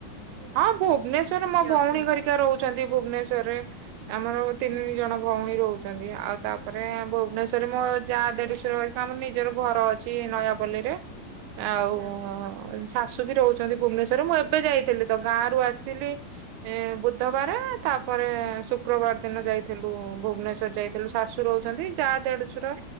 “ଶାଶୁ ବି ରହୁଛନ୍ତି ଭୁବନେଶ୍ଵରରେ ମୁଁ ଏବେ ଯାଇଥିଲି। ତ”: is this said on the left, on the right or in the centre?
Right